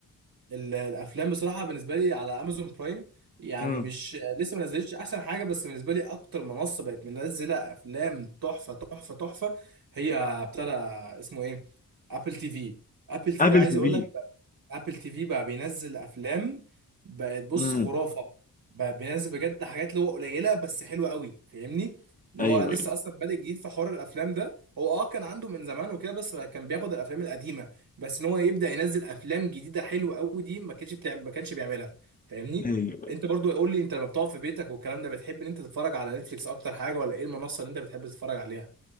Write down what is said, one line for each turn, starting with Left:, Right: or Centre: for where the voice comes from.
Right: ال- الافلام بصراحه بالنسبه لي على امازون برايم يعني
Left: امم
Right: مش لسه ما نزلتش احسن حاجه بس بالنسبه لي اكتر منصه بقت منزله افلام تحفه تحفه تحفه هي ابتدى اسمه ايه ابل تي في ابل تي
Left: ابل
Right: في عايز
Left: تي
Right: اقول
Left: في
Right: لك ابل تي في بقى بينزل افلام بقت بص
Left: امم
Right: خرافه بقى بينزل بجد حاجات اللي هو قليله بس حلوه قوي فاهمني اللي
Left: ايوه
Right: هو لسه
Left: أيوة.
Right: اصلا بادئ جديد في حوار الافلام ده هو اه كان عنده من زمان وكده بس كان بياخد الافلام القديمه بس ان هو يبدا ينزل افلام جديده حلوه قوي دي ما كانش بتعمل ما كانش بيعملها فاهمني
Left: أيوة.
Right: انت برضو قول لي انت لما بتقعد في بيتك والكلام ده بتحب ان انت تتفرج على نتفليكس اكتر حاجه ولا ايه المنصه اللي انت بتحب تتفرج عليها